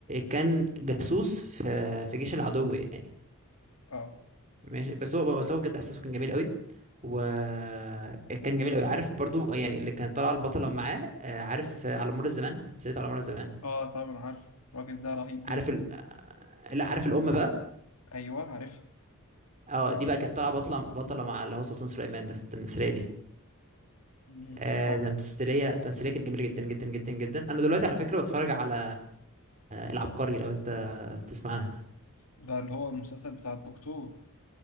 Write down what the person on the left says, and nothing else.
اه
اه طبعا عارف الراجل ده رهيب جدا
ايوه عارف
مم.
اه
ده اللي هو المسلسل بتاع الدكتور